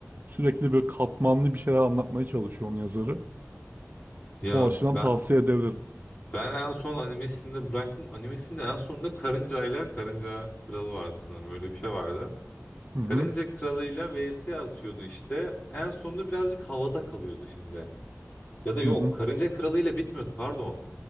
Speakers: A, on the right; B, on the left.
A: sürekli böyle katmanlı bir şeyler anlatmaya çalışıyor onun yazarı.
B: Ya
A: O açıdan
B: ben
A: tavsiye edebilirim.
B: ben en son animesinde bıraktım. Animesinde en sonunda karıncayla Karınca Kralı vardı sanırım. Öyle bir şey vardı.
A: Hı hı,
B: Karınca Kralı'yla vs atıyordu işte. En sonunda birazcık havada kalıyordu şimdi. Ya da yok
A: hı hı.
B: Karınca Kralı'yla bitmiyordu pardon.